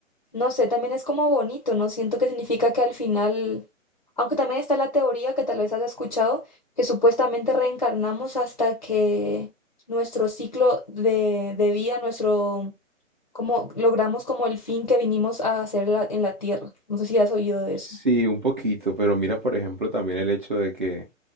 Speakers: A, on the left (about 35°); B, on the right (about 40°).
A: no sé, también es como bonito, ¿no? Siento que significa que al final, aunque también está la teoría que tal vez has escuchado, que supuestamente reencarnamos hasta que nuestro ciclo de, de vida, nuestro como logramos como el fin que vinimos a hacer en la, en la tierra. No sé si has oído de
B: Sí,
A: eso.
B: un poquito, pero mira, por ejemplo, también el hecho de que